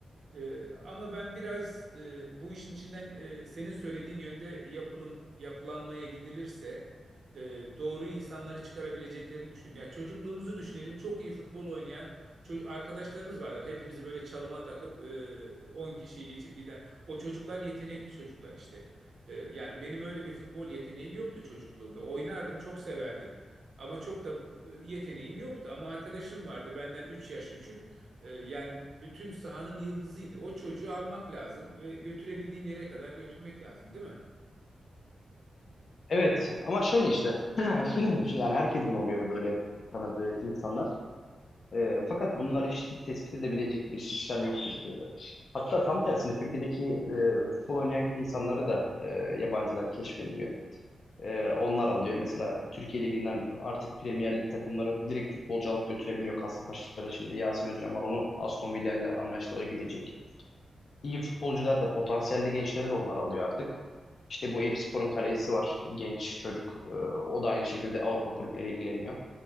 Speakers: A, on the right (about 55°); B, on the left (about 55°).
A: Ee, ama ben biraz e, bu işin içinden e, senin söylediğin yönde yapılım yapılanmaya gidilirse e, doğru insanları çıkarabileceklerini düşünüyorum. Ya çocukluğumuzu düşünelim. Çok iyi futbol oynayan ço- arkadaşlarımız vardır. Hepimizi böyle çalıma takıp e, 10 kişiyi geçip giden. O çocuklar yetenekli çocuklar işte. E, yani benim öyle bir futbol yeteneğim yoktu çocukluğumda. Oynardım, çok severdim. Ama çok da e, yeteneğim yoktu. Ama arkadaşım vardı benden 3 yaş küçük. Ee, yani bütün sahanın yıldızıydı. O çocuğu almak lazım ve götürebildiğin yere kadar götürmek lazım, değil mi?
B: Evet ama şöyle işte <clears throat> yani herkesin oluyor böyle tanıdığı insanlar. E, fakat bunları işte tespit edebilecek bir sistem yok Türkiye'de. Hatta tam tersine Türkiye'deki e, futbol oynayan insanları da e, yabancılar keşfediyor. E, onlar alıyor. Mesela Türkiye Ligi'nden artık Premier Lig takımları direkt futbolcu alıp götürebiliyor. Kasımpaşa'da şimdi Yasin Özcan var. Onu Aston Villa ile anlaştı. O gidecek. İyi futbolcular da potansiyelli gençleri de onlar alıyor artık. İşte bu Eyüpspor'un kalecisi var. Genç çocuk. E, o da aynı şekilde Avrupa kulüpleri ilgileniyor.